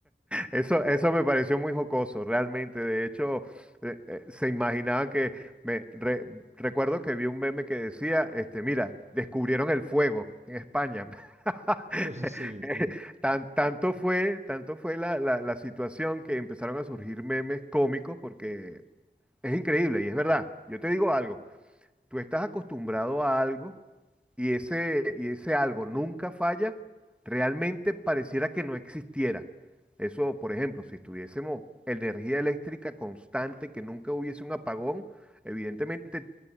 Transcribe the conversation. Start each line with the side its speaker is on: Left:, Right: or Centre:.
Centre: Eso, eso me pareció muy jocoso, realmente. De hecho, eh, eh, se imaginaban que me re- recuerdo que vi un meme que decía, este, mira, descubrieron el fuego en España. <laughs>
Right: <laughs> sí,
Centre: Que
Right: sí,
Centre: Tan, tanto fue, tanto fue la, la, la situación que empezaron a surgir memes cómicos porque es increíble y es verdad. Yo te digo algo tú estás acostumbrado a algo y ese, y ese algo nunca falla, realmente pareciera que no existiera. Eso, por ejemplo, si tuviésemos energía eléctrica constante, que nunca hubiese un apagón, evidentemente